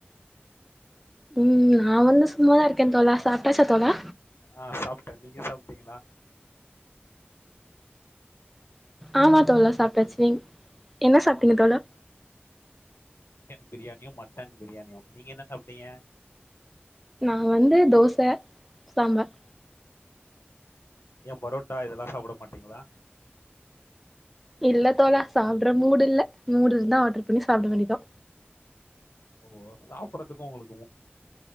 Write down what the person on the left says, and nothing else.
ஆ சாப்ட்டே நீங்க சாப்ட்டீங்களா
சிக்கன் பிரியாணியு மட்டன் பிரியாணியு நீங்க என்ன சாப்ட்டீங்க
ஏ பரோட்டா இதெல்லா சாப்பிட மாட்டீங்ளா
ஓ சாப்பறதுக்கு ஒங்ளுக்கு